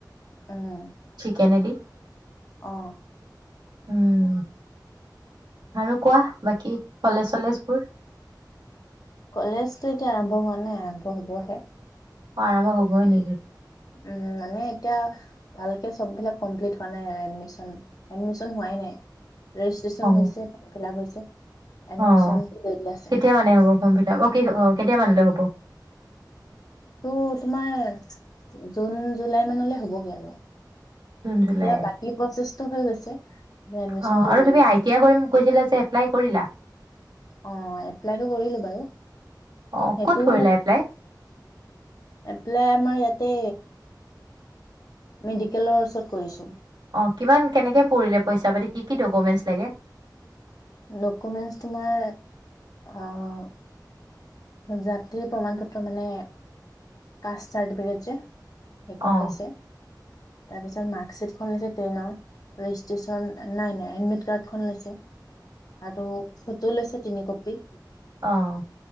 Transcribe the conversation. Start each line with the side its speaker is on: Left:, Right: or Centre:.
Left: উম
Right: চিকেনেদি।
Left: অ।
Right: উম। আৰু কোৱা বাকী কলেজ চলেজ বোৰ?
Left: কলেজতো এতিয়া আৰম্ভ হোৱা নাই আৰম্ভ হবহে।
Right: অ আৰম্ভ হ'বই নেকি?
Left: উম মানে এতি ভালকে সববিলাক কমপ্লিট হোৱা নাই আৰু এডমিশ্যন, এডমি শ্যন হুৱায়ে নাই। ৰেজিষ্ট্ৰেচন
Right: অ
Left: হৈছে। ফ্ৰম ফিল্লাপ হৈছে। <unintelligible> এডমিশন
Right: অ
Left: দেৰি আছে
Right: কেতিয়া মানে হ'ব? সম্পিতাৰ অ কি অ কেতিয়া মানিল হ'ব? অ।
Left: এইটো তোমাৰ জুন-জুলাই মানলৈ হ'বগে আৰু।
Right: জুন জুলাই
Left: এতিয়া বাকী প্ৰচেছ হৈ গৈছে। এডমিশনটো
Right: অ আৰু
Left: দেৰি
Right: তুমি
Left: আছে।
Right: আই টি আ কৰি কৈছিলা যে। এপ্লাই কৰিলা?
Left: অ এপ্লাইটো কৰিলো বাৰু।
Right: অ
Left: সেইটো
Right: ক'ত কৰিলা এপ্লাই
Left: এপ্লাই আমাৰ ইয়াত তে মেডিকেলৰ ওচৰত কৰিছো।
Right: অ কিমান কেনেকে পৰিলে পইচা পাতি? কি কি ডকুমেণ্টচ লাগে?
Left: ডকুমেণ্টছ তোমাৰ আহ জাতিৰ প্ৰমাণ পত্ৰ মানে কাষ্ট চাৰ্টিফিকেট যে? সেইখন
Right: অ
Left: লৈছে। তাৰপিছত মাৰ্কশ্বীটখন লৈছে টেনৰ, ৰেজিষ্ট্ৰেচন নাই নাই এডমিট কাৰ্ডখন লৈছে। আৰু ফটো লৈছে। তিনি কপি
Right: আহ